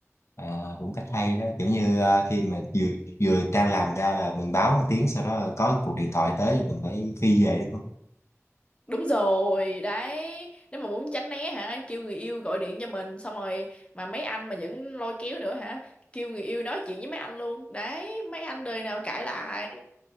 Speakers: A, on the left; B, on the left.
A: à, cũng cách hay đó kiểu như à, khi mà vừa vừa đang làm ra là mình báo một tiếng sau đó có cuộc điện thoại tới là mình phải phi về đúng không
B: đúng rồi đấy nếu mà muốn tránh né hả kêu người yêu gọi điện cho mình xong rồi mà mấy anh mà vẫn lôi kéo nữa hả kêu người yêu nói chuyện với mấy anh luôn đấy mấy anh đời nào cãi lại